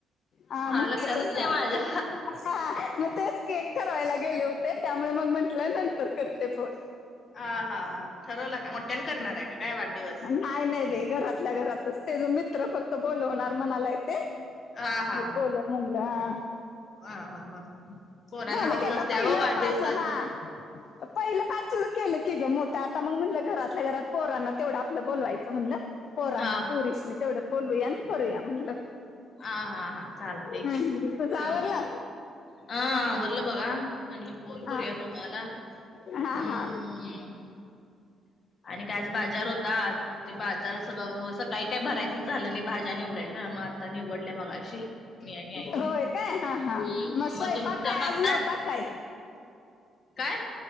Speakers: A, on the left; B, on the left.
A: हा मुख्याच
B: लक्षातच
A: तसं
B: नाही माझ्या.
A: हा मग तेच कीकेक ठरवायला गेले होते, त्यामुळे मग म्हंटलं नंतर करते फोन.
B: हा हा हा ठरवलं? का मोठ्याने करणार आहे काय वाढदिवस
A: काय नाही बाई घरातल्या घरातच त्याच मित्र फक्त बोलवणार म्हणालाय ते
B: हा हा
A: मग बोलव म्हणलं हा
B: हा हा हा हा.. पोरांना
A: झालं
B: हौस
A: की आता
B: असत्या
A: पहिलं
B: ओ वाढदिवसाचं.
A: पाच हं पहिलं पाचच केलं की गं मोठ आता मग म्हणलं घरातल्या घरात पोरांना तेवढं आपलं बोलवायचं म्हटलं. पोरांना
B: हा.
A: पोरीसनी तेवढं बोलवूया करूया म्हणलं
B: हा हा हा चालतेय
A: हम्म
B: की
A: तुझं आवरलं
B: अ अ आवरलं बघा म्हटलं फोन
A: हा
B: करूया तुम्हाला
A: हा
B: हमं
A: हा
B: आणि काय आज बाजार होता ते बाजार सगळं व्यव काही काय भरायचंच झालं नाही भाज्या निवडाच्या मग आता निवडल्या मगाशी मी आणि आईनी
A: होय काय हा हा
B: हम्म
A: स्वयंपाक
B: मग तुमचा
A: काय आज नव्हता काय
B: काय?